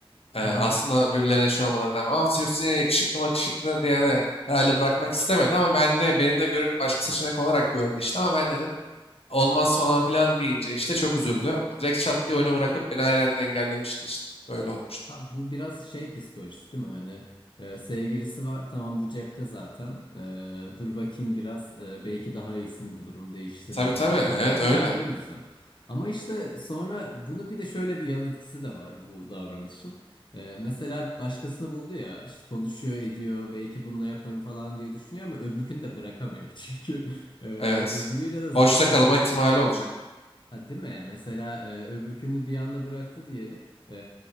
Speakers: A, on the left; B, on the left.
A: Ee, aslında
B: Hı hı.
A: birbirlerine şey olmalarına rağmen ama Sirius yine yakışıklı makışıklı diye herhalde bırakmak istemedi ama ben de beni de görünce başka seçenek olarak gördü işte ama ben dedim olmaz falan filan deyince işte çok üzüldü. Direkt çat diye oyunu bırakıp beni her yerden engellemişti işte. Böyle olmuştu.
B: Ha, bu biraz şey psikolojisi değil mi? Hani e, sevgilisi var tamam bu cepte zaten. E, dur bakayım biraz e, belki daha iyisini bulurum değiştiririm
A: Tabii tabii
B: falan.
A: evet
B: Galiba
A: öyle.
B: biraz bu yüzden. Ama işte sonra bunun bir de şöyle bir yan etkisi de var bu davranışın. E, mesela başkasını buldu ya işte konuşuyor ediyor belki bununla yaparım falan diye düşünüyor ama öbürkünü de bırakamıyor. <laughs> Çünkü e,
A: Evet.
B: öbürüyle de zaten
A: Boşta kalma
B: hani
A: ihtimali olacak.
B: Ha, değil mi? Mesela e, öbürkünü bir anda bıraktı diyelim. E,